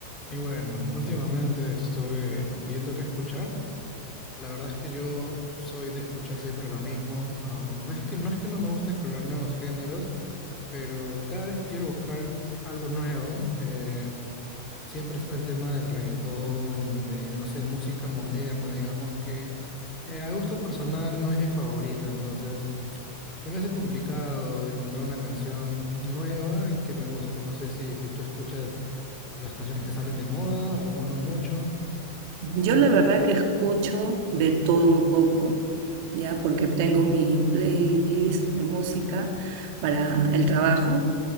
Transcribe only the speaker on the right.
Yo la verdad que escucho de todo un poco, ya porque tengo mi playlist de música para el trabajo